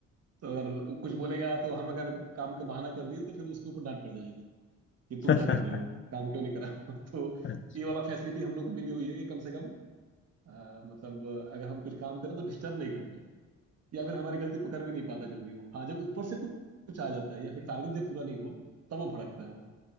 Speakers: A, on the right; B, on the left.
A: तो अगर कुछ बोलेगा तो हम अगर काम का बहाना कर दिए तो फिर उसके ऊपर डांट पड़ जाएगी कि तुम
B: हम्म।
A: क्या कर
B: <laughs>
A: रहे हो काम क्यों नहीं करा <laughs> तो
B: अच्छा
A: ये वाला फैसिलिटी हम लोग को मिली हुई है कि कम से कम अ, मतलब अगर हम कुछ काम करें तो डिस्टर्ब नहीं करता हूँ या फिर हमारी गलती पकड़ भी नहीं पाता जल्दी वो हाँ जब ऊपर से कुछ कुछ आ जाता है या फिर टारगेट जब पूरा नहीं हुआ तब वो भड़कता है वो